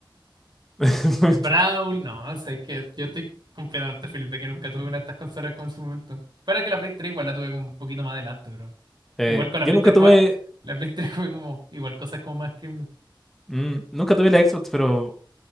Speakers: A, in the centre; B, on the right.
A: <laughs>
B: Brawl, no, sé que yo estoy completamente feliz de que nunca tuve una de estas consolas como en su momento. Para que la Play 3 igual la tuve como un poquito más adelante, pero
A: Eh,
B: igual con
A: yo
B: la Play
A: nunca
B: 3
A: tuve,
B: jugaba, la Play 3 <laughs> fue como igual cosas como más criminal.
A: mm, nunca tuve la Xbox, pero